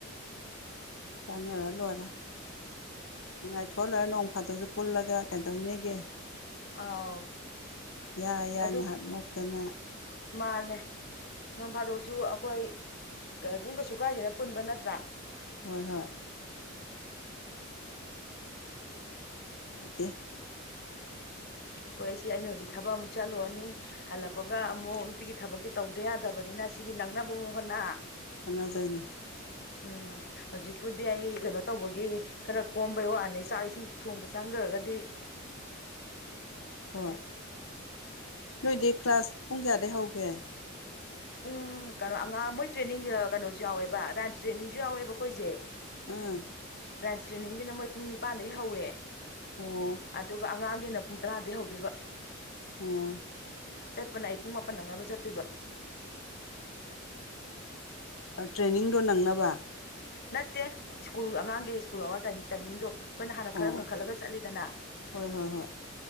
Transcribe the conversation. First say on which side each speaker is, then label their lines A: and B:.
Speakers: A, on the left (about 85°); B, on the left (about 50°).
A: ꯆꯥꯅꯔ ꯂꯔ ꯅꯨꯡꯉꯥꯏꯊꯣꯛꯑ ꯂꯣꯏꯔ ꯅꯣꯡ ꯐꯥꯗꯣꯛꯁꯨ ꯄꯨꯜꯂꯒ ꯀꯩꯗꯧꯅꯦꯒꯦ
B: ꯑꯥꯎ
A: ꯌꯥꯏ ꯌꯥꯏ
B: ꯑꯗꯨ
A: ꯉꯥꯏꯍꯥꯛ ꯉꯣꯛꯇꯅ
B: ꯃꯥꯅꯦ ꯅꯣꯡ ꯐꯥꯗꯣꯛꯁꯨ ꯑꯩꯈꯣꯏ ꯑꯗꯨꯝ ꯀꯩꯁꯨ ꯀꯥꯏꯗꯦꯅ ꯄꯨꯟꯕ ꯅꯠꯇ꯭ꯔꯥ
A: ꯍꯣꯏ ꯍꯣꯏ ꯍꯥꯏꯗꯦ
B: <unintelligible> <unintelligible> ꯑꯩꯈꯣꯏ ꯑꯩꯁꯦ ꯑꯩꯅ ꯍꯧꯖꯤꯛ ꯊꯕꯛ ꯑꯃꯨꯛ ꯆꯠꯂꯨꯔꯅꯤ ꯍꯜꯂꯛꯄꯒ ꯑꯃꯨꯛ ꯅꯨꯄꯤꯒꯤ ꯊꯕꯛꯇꯤ ꯇꯧꯗ ꯌꯥꯗꯕꯅꯤ ꯅ ꯁꯤꯒꯤ ꯅꯪꯅꯕ ꯃꯨꯛ ꯍꯣꯠꯅ
A: ꯍꯣꯠꯅꯗꯣꯏꯅꯤ
B: ꯎꯝ ꯍꯧꯖꯤꯛꯄꯨꯗꯤ ꯑꯩ ꯀꯩꯅꯣ ꯇꯧꯕꯒꯤ ꯈꯔ ꯀꯣꯝꯕꯩ ꯋꯥꯅꯤ ꯆꯥꯛ ꯏꯁꯤꯡ ꯊꯣꯡꯕ ꯆꯪꯈ꯭ꯔꯒꯗꯤ <inaudible> <inaudible>
A: ꯍꯣꯏ ꯅꯣꯏꯗꯤ ꯀ꯭ꯂꯥꯁ ꯄꯨꯡ ꯀꯌꯥꯗꯩ ꯍꯧꯒꯦ
B: ꯄꯨꯡ ꯀꯩꯅꯣ ꯑꯉꯥꯡ ꯃꯣꯏ ꯇ꯭ꯔꯦꯅꯤꯡ ꯀꯩꯅꯣꯁꯨ ꯌꯥꯎꯋꯦꯕ ꯔꯥꯏꯝꯁ ꯇ꯭ꯔꯦꯅꯤꯡꯁꯨ ꯌꯥꯎꯋꯦꯕ ꯑꯩꯈꯣꯏꯁꯦ
A: ꯑꯥ
B: ꯔꯥꯏꯝꯁ ꯇ꯭ꯔꯦꯅꯤꯡꯒꯤꯅ ꯃꯣꯏ ꯄꯨꯡ ꯅꯤꯄꯥꯟꯗꯩ ꯍꯧꯋꯦ
A: ꯑꯣ
B: ꯑꯗꯨꯒ ꯑꯉꯥꯡꯒꯤꯅ ꯄꯨꯡ ꯇꯔꯥꯗꯩ ꯍꯧꯗꯣꯏꯕ
A: ꯑꯣ
B: ꯆꯠꯄꯅ ꯑꯩ ꯄꯨꯡ ꯃꯥꯄꯟ ꯅꯛꯅꯕ ꯆꯠꯇꯣꯏꯕ
A: ꯇ꯭ꯔꯦꯅꯤꯡꯗꯣ ꯅꯪꯅꯕ
B: ꯅꯠꯇꯦ ꯁ꯭ꯀꯨꯜ ꯑꯉꯥꯡꯒꯤ ꯁ꯭ꯀꯨꯜ ꯑꯋꯥꯔ ꯇꯥꯏꯃꯤꯡꯗꯣ ꯑꯩꯈꯣꯏꯅ ꯍꯥꯟꯅ
A: ꯑꯣ
B: ꯈꯔ ꯉꯟꯈꯠꯂꯒ ꯆꯠꯂꯤꯗꯅ
A: ꯍꯣꯏ ꯍꯣꯏ ꯍꯣꯏ